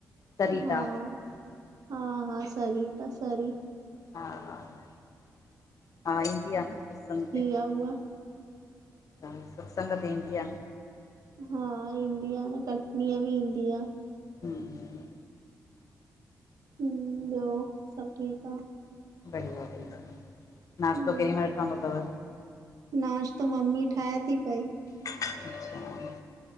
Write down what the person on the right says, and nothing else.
हा- हा- हा, सरीता सरी
क्या हुआ?
हा ईंदी आ न, कटनीअ बि ईंदी आ
हम्म, ॿियो सभु ठीकु आ?
हम्म
नाश्तो, मम्मी ठाहे ती पई।